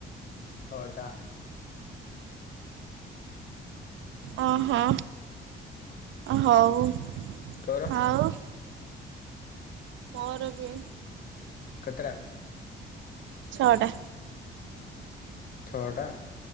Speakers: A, on the left; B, on the right.
A: ଛଅଟା।
B: ଅହୋ ହଉ।
A: ତୋର
B: ହଉ। ମୋର ବି
A: କେତେ ଟା?
B: ଛଅଟା।
A: ଛଅଟା।